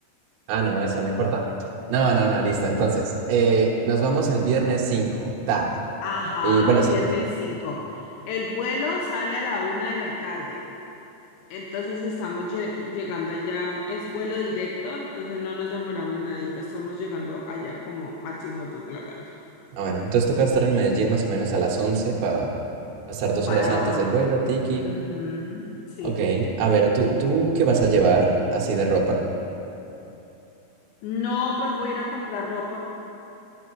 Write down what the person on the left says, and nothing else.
Ajá,
el
viernes 5. El vuelo sale a la una de la tarde. Entonces estamos lle- llegando allá, es vuelo directo, entonces no nos demoramos nadita, estamos llegando allá como máximo dos de la tarde.
Para,
abajo.
ujú, sí.
No, pues voy a ir a comprar ropa.